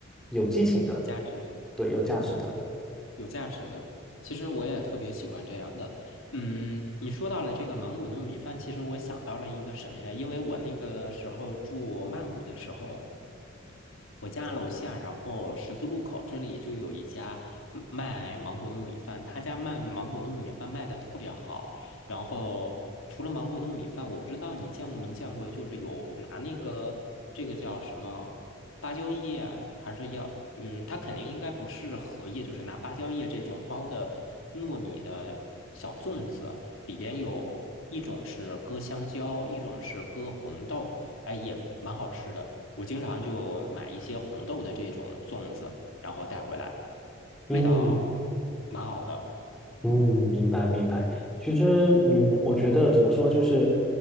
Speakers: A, in the centre; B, on the left.
A: 有激情的，
B: 有价值的，
A: 对，有价值的。
B: 有价值的。其实我也特别喜欢这样的。嗯，你说到了这个芒果糯米饭，其实我想到了一个什么呀？因为我那个时候住曼谷的时候。我家楼下，然后十字路口这里就有一家嗯卖芒果糯米饭，他家卖芒果糯米饭卖的特别好。然后除了芒果糯米饭，我不知道你见过没见过，就是有拿那个这个叫什么芭蕉叶啊，还是要嗯，它肯定应该不是荷叶，就是拿芭蕉叶这种包的糯米的小粽子，里边有一种是搁香蕉，一种是搁红豆。哎，也蛮好吃的。我经常就买一些红豆的这种粽子，然后带回来，
A: 嗯，
B: 味道蛮好的。
A: 嗯，明白明白。其实，嗯，我觉得怎么说，就是，